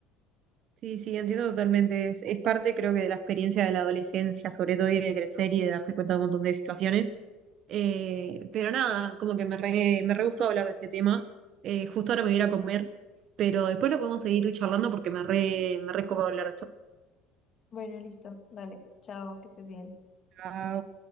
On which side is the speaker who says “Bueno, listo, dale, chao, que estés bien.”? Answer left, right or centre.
Left